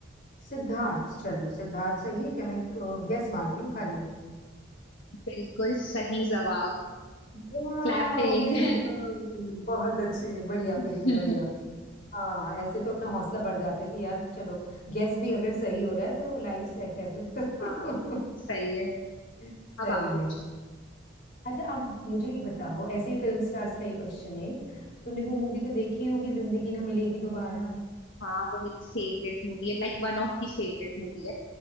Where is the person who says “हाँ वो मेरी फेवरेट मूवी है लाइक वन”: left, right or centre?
Left